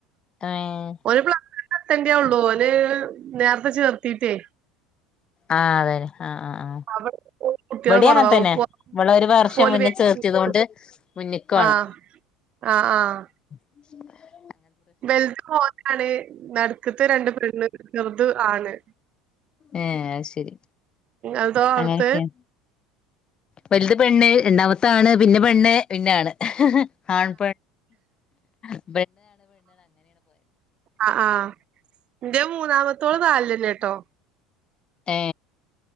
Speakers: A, on the left; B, on the right.
A: ഏഹ്
B: ഒരുപ്ല എത്തണ്ടൊ ഉള്ളൂ ഓല് നേരത്തെ ചേർത്തിട്ടേ
A: ആഹ് അതെെ ആഹ് ആ ആ
B: അവിടെ കുട്ടികള്
A: വെടി
B: കുറവാ
A: അങ്ങനത്തന്നെ
B: ഓപ്പോ
A: വളെ ഒരു വർഷം
B: ഓല്
A: മുന്നിൽ
B: വേഗം
A: ചേർത്തിയത്
B: ചേർത്തും
A: കൊണ്ട് മുന്നിക്കുവാണ്
B: ആഹ് ആഹ് ആഹ്
A: ഉം
B: വെലുത്ത് മോനാണ് നടുക്കത്തെ രണ്ട് പെണ്ണ് ചെറുത് ആണ്
A: ഏഹ് അത് ശരി
B: എതോ
A: അങ്ങനെയൊക്കെയാ
B: ർത്ത്
A: വലുത് പെണ്ണ് രണ്ടാമത്താണ് പിന്നെ പെണ്ണ് പിന്നാണ് ആണ് പെ
B: ആ ആ എന്റെ മൂന്നാമത്തോള് നാല് ല്ല കേട്ടോ
A: ഏ